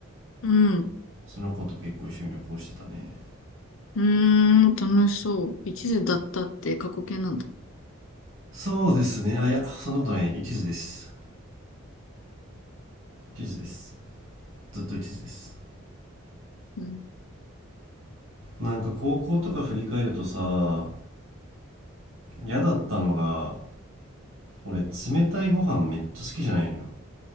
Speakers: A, on the left (about 70°); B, on the right (about 70°).
A: うん。
B: その子と結構一緒に旅行してたね
A: うーん、楽しそう。一途だったって過去形なんだ。
B: そうですねあいやそんなことないね一途です一途ですずっと一途です
A: うん。
B: なんか高校とか振り返るとさ嫌だったのが俺冷たいご飯めっちゃ好きじゃないのよ